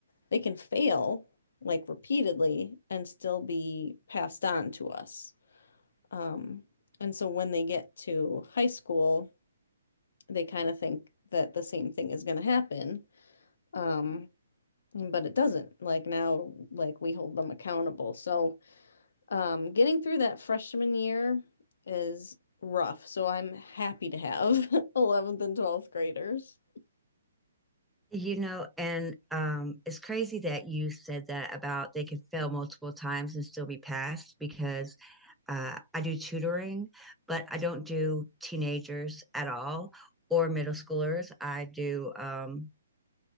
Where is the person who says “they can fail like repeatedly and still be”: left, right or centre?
Left